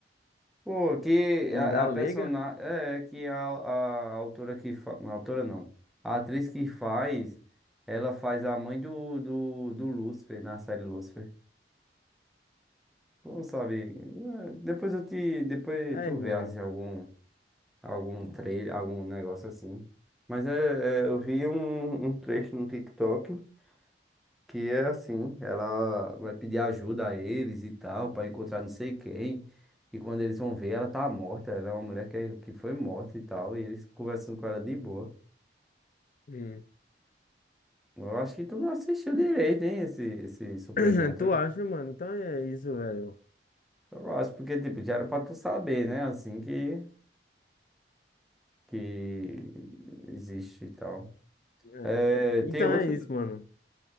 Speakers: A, in the centre; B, on the left.
A: Pô, que
B: uma
A: a,
B: galega?
A: a personagem é que a, a autora que fa... não, a autora não. A atriz que faz, ela faz a mãe do do, do Lúcifer na série Lúcifer. Não sabe. eh, Depois eu te. Depois
B: É,
A: tu
B: irmão.
A: vê assim, algum, algum trailer, algum negócio assim. Mas é, é, eu vi um, um trecho no TikTok que é assim, ela vai pedir ajuda a eles e tal, pra encontrar não sei quem. E quando eles vão ver, ela tá morta. Ela é uma mulher que, que foi morta e tal. E eles conversando com ela de boa.
B: Hum. <coughs>
A: Eu acho que tu não assistiu direito, hein, esse, esse Supernatural.
B: <clears throat> Tu acha, mano? Então é isso, velho.
A: Eu acho porque, tipo, já era pra tu saber, né? Assim que. que existe e tal.
B: É,
A: É,
B: então
A: tem outra
B: é isso,
A: também?
B: mano.